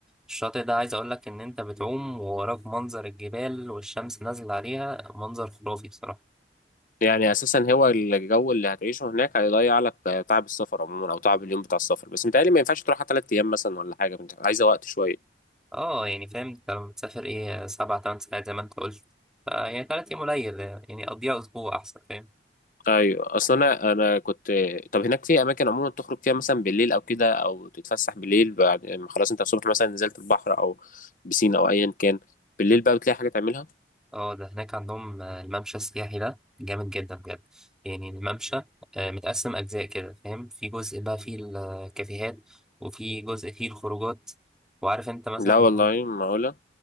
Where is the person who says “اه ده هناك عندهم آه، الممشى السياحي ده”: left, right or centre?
Centre